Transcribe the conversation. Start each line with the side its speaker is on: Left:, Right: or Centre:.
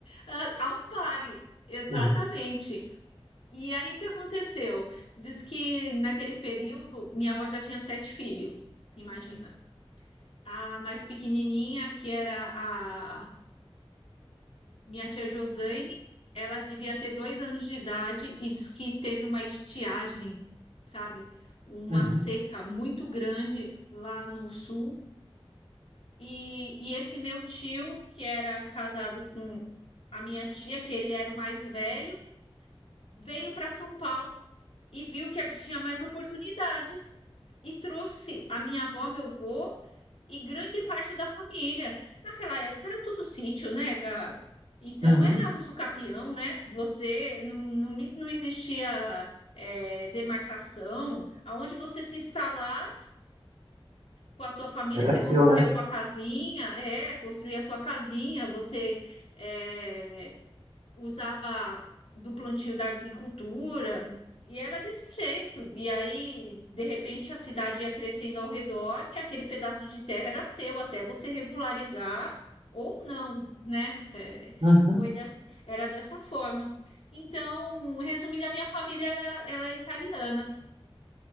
Left: ah, aos pares, exatamente.
Right: Uhum,
Left: E aí o que aconteceu? Diz que naquele período minha avó já tinha sete filhos, imagina. A mais pequenininha, que era a minha tia Josane, ela devia ter dois anos de idade e diz que teve uma estiagem, sabe? Uma
Right: uhum,
Left: seca muito grande lá no sul. E, e esse meu tio, que era casado com a minha tia, que ele era o mais velho, veio para São Paulo e viu que aqui tinha mais oportunidades e trouxe a minha avó, meu avô e grande parte da família. Naquela época era tudo sítio, né, Gá? Então
Right: uhum.
Left: era uso capião, né? Você não, não, me- não existia é, demarcação. Aonde você se instalasse com a tua família,
Right: Era
Left: você
Right: seu,
Left: construía
Right: né?
Left: a tua casinha, é, construía a tua casinha, você é, usava do plantio da agricultura, e era desse jeito. E aí, de repente, a cidade ia crescendo ao redor e aquele pedaço de terra era seu, até você regularizar ou não, né? É,
Right: Uhum.
Left: foi dessa, era dessa forma. Então, resumindo, a minha família era, ela é italiana.